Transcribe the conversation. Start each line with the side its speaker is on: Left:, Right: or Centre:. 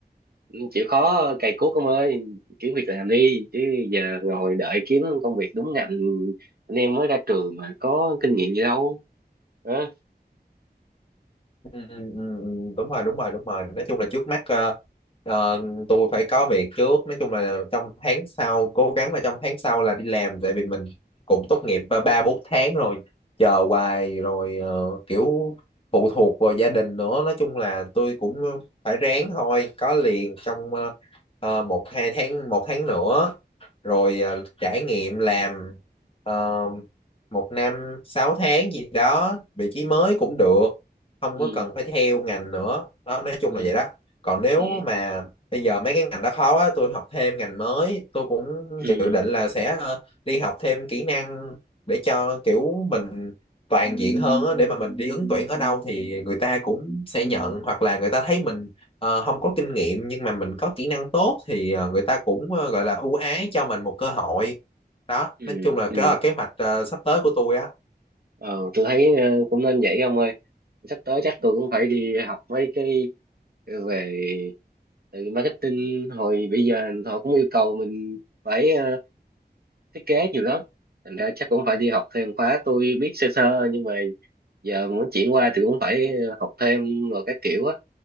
Right: chịu khó cày cuốc ông ơi kiếm việc làm đi chứ giờ ngồi đợi kiếm công việc đúng ngành anh em mới ra trường mà có kinh nghiệm gì đâu hả
Left: Ừ, ừ, ừ, ừ. đúng rồi đúng rồi đúng rồi nói chung là trước mắt ờ, ờ, tôi phải có việc trước nói chung là trong tháng sau cố gắng là trong tháng sau là đi làm tại vì mình cũng tốt nghiệp ờ, ba bốn tháng rồi chờ hoài rồi ờ, kiểu phụ thuộc vào gia đình nữa nói chung là tôi cũng phải ráng thôi có liền trong ờ, ờ, một hai tháng một tháng nữa rồi à, trải nghiệm làm ờ, một năm sáu tháng gì đó vị trí mới cũng được không
Right: ừ
Left: có cần phải theo ngành nữa đó nói chung
Right: ừ
Left: là vậy đó còn nếu
Right: ừ
Left: mà bây giờ mấy cái ngành đó khó quá tôi học thêm ngành mới tôi cũng
Right: ừ
Left: dự định là sẽ ờ, đi học thêm kỹ năng để cho kiểu mình toàn diện hơn á, để mà mình đi ứng tuyển ở đâu thì người ta cũng sẽ nhận hoặc là người ta thấy mình ờ, không có kinh nghiệm nhưng mà mình có kỹ năng tốt thì ờ, người ta cũng ờ, gọi là ưu ái cho mình một cơ hội đó
Right: ừ
Left: nói chung là
Right: ừ
Left: cái là kế hoạch ờ, sắp tới của tôi á
Right: ờ tôi thấy ờ, cũng nên vậy ông ơi sắp tới chắc tôi cũng phải đi học mấy cái về từ marketing hồi bây giờ họ cũng yêu cầu mình phải ờ, thiết kế nhiều lắm thành ra chắc cũng phải đi học thêm khóa tôi biết sơ sơ nhưng mà giờ muốn chuyển qua thì cũng phải học thêm rồi các kiểu á